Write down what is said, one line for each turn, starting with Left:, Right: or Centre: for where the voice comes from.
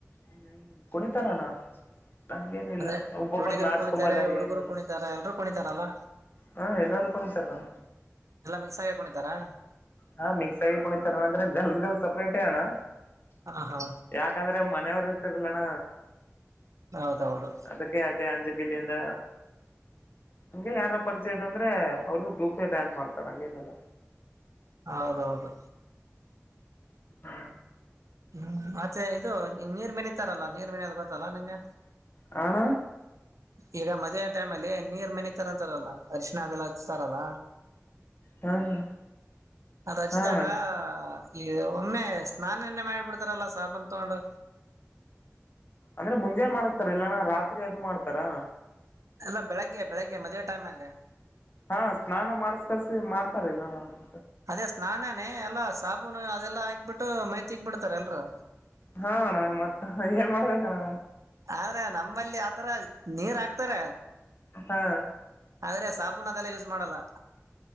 Left: ಹ್ಮ ಕುಣಿ ತರಣ. ನಂಗೇನಿಲ್ಲ
Right: ಅಂದ್ರೆ
Left: ಒಬ್ಬೊಬ್ಬರು
Right: ಹುಡುಗಿರು
Left: ನಾಚ್ಕೊಂಬಲ್ಲ
Right: ಕುಣಿತಾರೆ ಹುಡುಗರು
Left: ಏನಿಲ್ಲ
Right: ಕುಣಿತಾರೆ ಎಲ್ರೂ ಕುಣಿತಾರಲ್ಲ
Left: ಹಾ ಎಲ್ಲ್ರು ಕ್ರ್ ನಾನು
Right: ಎಲ್ಲ ಮಿಸಾಯ ಹಾಕೊಂಡಿತಾರಾ
Left: ಹಾ ಮಿಕ್ಸ್ ಆಗಿ ಕುೊಂಡಿತಾರಂದ್ರೆ ಗರ್ಲ್ಸ್ ಗಳು ಸಪ್ರೇಟೇ ಅಣ್ಣ
Right: ಹಾ ಹಾ
Left: ಯಾಕಂದ್ರೆ ಮನೆಯವ್ರ ಇರ್ತಿರ್ಲಣ್ಣ
Right: ಹೌದೌದು
Left: ಅದಕ್ಕೆ ಅದೇ ಅಂಜಗಿಲ್ಲಿಂದ ಹಂಗೆ ಯಾರ ಪರಿಚಯ ಇದ ಅಂದ್ರೆ ಅವರು ಗಪ್ ಡಾನ್ಸ್ ಮಾಡ್ತಾರ ಹಂಗೇನೆಲ್ಲ
Right: ಹೌದೌದು
Left: ಹ್ಮ
Right: ಹ್ಮ್ ಮತ್ತೆ ಇದು ನೀರ್ ಮಣಿತಾರಲ್ಲಾ ನೀರ್ ಮೆಣಿಯೋದ್ ಗೊತ್ತಲ್ಲಾ ನಿಂಗೆ
Left: ಹ ಅಣ್ಣ
Right: ಈಗ ಮದುವೆಯ ಟೈಮ್ ಅಲ್ಲಿ ನೀರ್ ಮೆಗ್ಿತಾರಂತಾರಲ್ಲಾ ಅರಿಶಿಣ ಅದೆಲ್ಲ ಹಚ್ತಾರಲ್ಲ
Left: ಹಾ ಹಾ
Right: ಅದ್ ಹಚ್ಚಿದಾಗ
Left: ಹಾ ಅಣ್ಣ
Right: ಈ ಒಮ್ಮೆ ಸ್ನಾನನ್ನೇ ಮಾಡಿಬಿಡ್ತಾರಲ್ಲ ಸಾಬನ್ ತಗೊಂಡು
Left: ಅಂದ್ರೆ ಮುಂಜಾನನ್ ಮಾಡಸ್ತಾರ ಇಲ್ಲಣ ರಾತ್ರಿ ಅದು ಮಾಡ್ತಾರಾ
Right: ಅಲ್ಲ ಬೆಳಗ್ಗೆ ಬೆಳಿಗ್ಗೆ ಮದುವೆ ಟೈಮ್ ಅಲ್ಲಿ
Left: ಹಾ ಸ್ನಾನ ಮಾಡ್ಸ ಕಳ್ಸಿ ಮಾಡ್ತಾರಿಲ್ಲ ನಾ ಮ
Right: ಅದೇ ಸ್ನಾನಾನೇ ಎಲ್ಲಾ ಸಾಬೂನು ಅದೆಲ್ಲಾ ಹಾಕ್ಬಿಟ್ಟು ಮೈತಿಕ್ ಬಿಿಡ್ತಾರ ಎಲ್ರುೂ
Left: ಹಣ ಮತ್ತ ಏನ್ ಮಾಡ್ಬೇಕಣ್ಣ
Right: ಆದ್ರೆ ನಮ್ಮಲ್ಲಿ ಆತರ ನೀರ್ ಹಾಕ್ತಾರ
Left: ಹಾ
Right: ಆದ್ರೆ ಸಾಬೂನ್ ಅದೆಲ್ಲ ಯೂಸ್ ಮಾಡಲ್ಲ